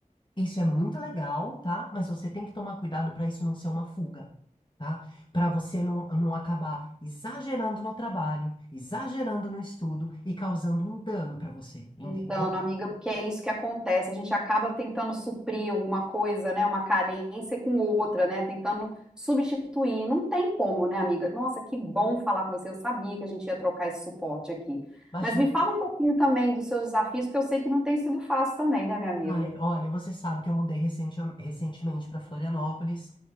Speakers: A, on the left (about 35°); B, in the centre.
A: isso é muito legal, tá? Mas você tem que tomar cuidado para isso não ser uma fuga, tá? Para você não, não acabar exagerando no trabalho, exagerando no estudo e causando um dano para você, entendeu?
B: Um dano, amiga, porque é isso que acontece. A gente acaba tentando suprir alguma coisa, né? Uma carência com outra, né? Tentando substituir. Não tem como, né, amiga? Nossa, que bom falar com você. Eu sabia que a gente ia trocar esse suporte aqui.
A: Imagina
B: Mas me fala um pouquinho também dos seus desafios, porque eu sei que não tem sido fácil também, né, minha amiga?
A: Ai, olha, você sabe que eu mudei recente- recentemente para Florianópolis,